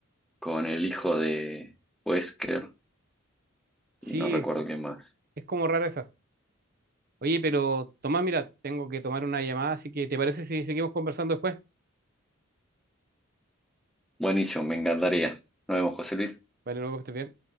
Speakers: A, in the centre; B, on the right.
A: con el hijo de Wesker
B: Sí,
A: y no recuerdo
B: es,
A: quién más.
B: es como rara esa. Oye, pero Tomás, mira, tengo que tomar una llamada, así que ¿te parece si seguimos conversando después?
A: Buenísimo, me encantaría. Nos vemos, José Luis.
B: Vale, luego que estés bien.